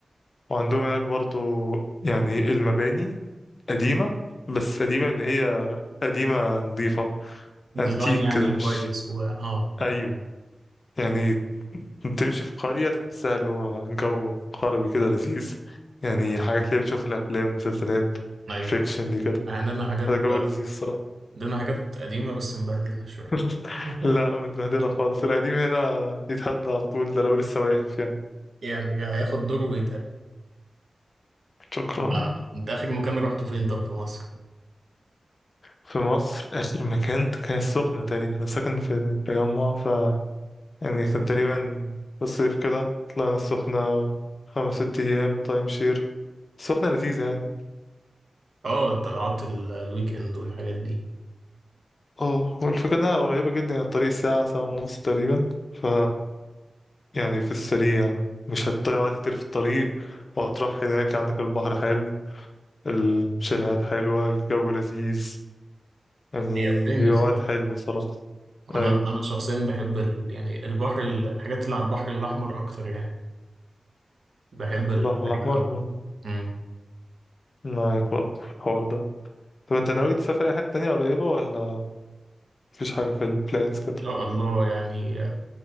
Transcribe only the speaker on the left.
وعندهم هناك برضو يعني المباني قديمة بس قديمة اللي هي قديمة نظيفة
انتيك
كده مش
أيوه يعني تمشي في قرية تحسها اللي هو جو قربي كده لذيذ يعني حاجات اللي بتشوف الأفلام مسلسلات
الفيكشن دي كده
هذا جو لذيذ الصراحة
<laughs>
لا متبهدلة خالص القديم هنا يتهد على طول ده لو لسه واقف يعني
شكرا
في مصر آخر مكان كان السخنة تقريبا أنا ساكن في التجمع ف يعني كان تقريبا في الصيف كده طلعنا السخنة خمس ست أيام تايم شير السخنة لذيذة يعني
اه هو الفكرة انها قريبة جدا يعني الطريق ساعة ساعة ونص تقريبا ف يعني في السريع مش هتضيع وقت كتير في الطريق وهتروح هناك عندك البحر حلو الشاليهات حلوة الجو لذيذ يعني
هي وقت
حلو صراحة
أيوة
البحر الأحمر
م-
معاك برضه الحوار ده طب أنت ناوي تسافر أي حتة تانية قريبة ولا مفيش حاجة في البلانز كده؟